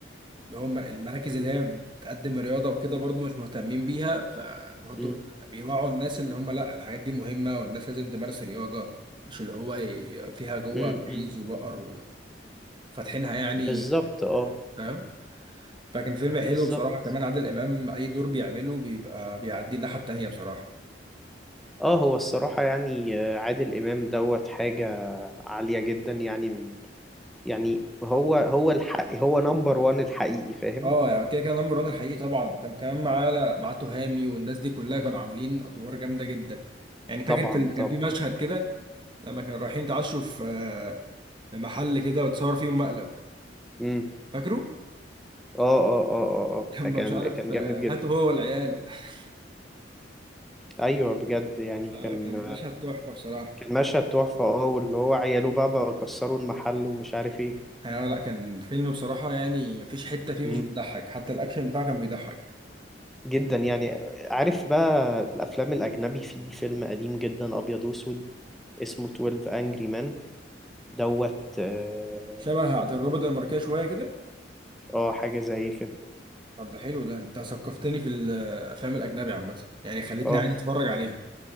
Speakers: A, on the right (about 25°); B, in the centre.
A: اللي هم المراكز اللي هي بتقدم رياضه وكده برضو مش مهتمين بيها فبرضو
B: مم.
A: بيوعوا الناس اللي هم لا الحاجات دي مهمه والناس لازم تمارس رياضه مش اللي هو ي- فيها جوه
B: مم. مم.
A: عيز وبقر وفاتحينها يعني
B: بالظبط اه
A: فاهم فكان فيلم حلو
B: بالظبط
A: بصراحة كمان عادل إمام أي دور بيعمله بيبقى بيعدي الناحية التانية بصراحة
B: اه هو الصراحة يعني آه، عادل إمام دوت حاجة عالية جدا يعني من يعني هو هو الحق هو نمبر وان الحقيقي فاهم
A: اه يعني كده كان نمبر وان الحقيقي طبعا وكان كمان معاه معاه تهامي والناس دي كلها كانوا عاملين أدوار جامدة جدا يعني فاكر
B: طبعا
A: في كان
B: طبعا
A: في مشهد كده لما كانوا رايحين يتعشوا في آه، في محل كده وتصور فيهم مقلب
B: مم.
A: فاكره؟
B: اه اه اه اه اه
A: <laughs> لما
B: ده كان
A: مش عارف
B: كان
A: آه،
B: جامد جدا
A: هاته هو والعيال <laughs>
B: ايوه بجد يعني
A: اه
B: كان
A: كان مشهد تحفة بصراحة
B: كان مشهد تحفة اه واللي هو عياله بقى بقى كسروا المحل ومش عارف
A: اه لا كان فيلم بصراحة يعني مفيش حتة فيه
B: ايه
A: مش بتضحك حتى الأكشن بتاعه كان بيضحك
B: جدا يعني عارف بقى الافلام الاجنبي في فيلم قديم جدا ابيض واسود اسمه 12 انجري مان دوت اه
A: شبه عند الروبوت الماركية شوية كده
B: آه، حاجه زي كده
A: طب ده حلو ده انت ثقفتني في الافلام الاجنبي عامه يعني خليتني
B: اه
A: عايز اتفرج عليهم